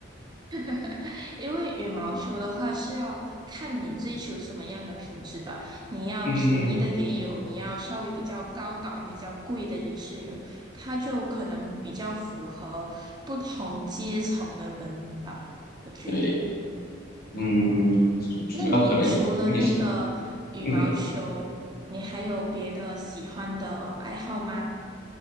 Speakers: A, on the right (about 20°); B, on the left (about 50°).
A: <laughs> 因为羽毛球的话是要看你追求什么样的品质吧，你要便宜的也有，
B: 嗯，
A: 你要稍微比较高档、比较贵的也是有，它就可能比较符合不同阶层的人吧，我觉得。
B: 对，嗯，主主要可能也是。
A: 那你除了那个羽毛球，
B: 嗯。
A: 你还有别的喜欢的爱好吗？